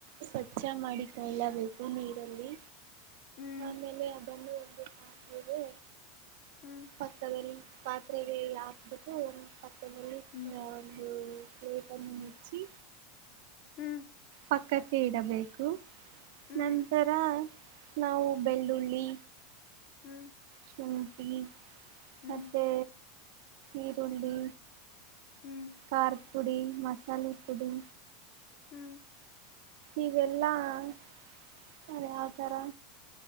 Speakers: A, on the right; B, on the left.
A: ಸ್ವಚ್ಛ ಮಾಡಿಕೊಳ್ಳಬೇಕು ನೀರಲ್ಲಿ
B: ಹ್ಮ್
A: ಆಮೇಲೆ ಅದನ್ನು ಒಂದು ಹಿದೆ
B: ಹ್ಮ್
A: ಪಕ್ಕದಲ್ಲಿ ಪಾತ್ರೆಗಳಲ್ಲ ಹಾಕ್ಬಿಟ್ಟು ಒಂದು ಪಕ್ಕದಲ್ಲಿ
B: ಹ್ಮ್
A: ಒಂದು ಪ್ಲೇಟ್ ಅನ್ನು ಮುಚ್ಚಿ
B: ಹ್ಮ್
A: ಪಕ್ಕಕ್ಕೆ ಇಡಬೇಕು
B: ಹ್ಮ್
A: ನಂತರ ನಾವು ಬೆಳ್ಳುಳ್ಳಿ
B: ಹ್ಮ್
A: ಶುಂಟಿ
B: ಹ್ಮ್
A: ಮತ್ತೆ ಈರುಳ್ಳಿ
B: ಹ್ಮ್
A: ಕಾರ್ ಪುಡಿ ಮಸಾಲೆ ಪುಡಿ
B: ಹ್ಮ್
A: ಅವೆಲ್ಲ ಆಕೀ ಯಾವ ಥರ